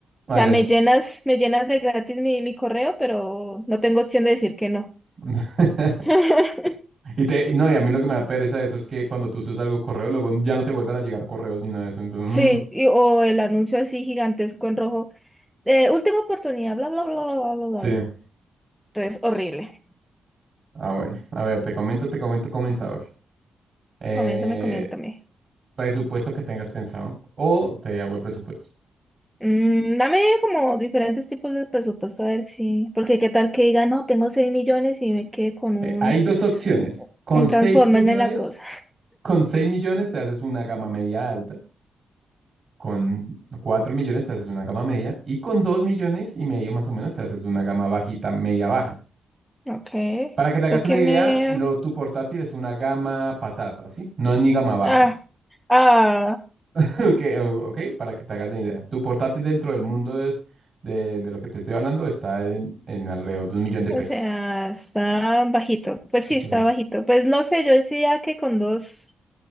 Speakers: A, on the right; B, in the centre.
A: vaya.
B: sea, me llenas, me llenas de gratis mi, mi correo, pero no tengo opción de decir que no.
A: <laughs>
B: <laughs>
A: Y te, no, y a mí lo que me da pereza de eso es que cuando tú subes algo correo, luego ya no te vuelven a llegar correos ni nada de eso. Entonces, mm,
B: Sí, y- o el anuncio así gigantesco en rojo. eh, última oportunidad, bla, bla, bla, bla, bla, bla, bla.
A: sí.
B: bla. Entonces, horrible.
A: Ah, bueno. A ver, te comento, te comento, comentador. Eh,
B: Coméntame, coméntame.
A: presupuesto que tengas pensado o te hago el presupuesto.
B: Mm, dame como diferentes tipos de presupuesto, a ver si... Porque qué tal que diga, no, tengo 6 millones y me quede con un,
A: Eh, hay dos opciones. Con
B: un
A: seis
B: Transformer
A: millones,
B: en la cosa.
A: con seis millones te haces una gama media alta. Con 4 millones te haces una gama media. Y con 2 millones y medio más o menos te haces una gama bajita, media baja.
B: Okay,
A: Para que te hagas
B: tú qué
A: una idea,
B: me...
A: lo, tu portátil es una gama patata, ¿sí? No es ni gama baja.
B: Ah,
A: <laughs>
B: ah,
A: Ok, o- ok, para que te hagas la idea. Tu portátil dentro del mundo de, de- de lo que te estoy hablando está en, en alrededor de un millón de
B: o
A: pesos.
B: sea, está bajito. Pues sí,
A: Ok.
B: está bajito. Pues no sé, yo decía que con dos,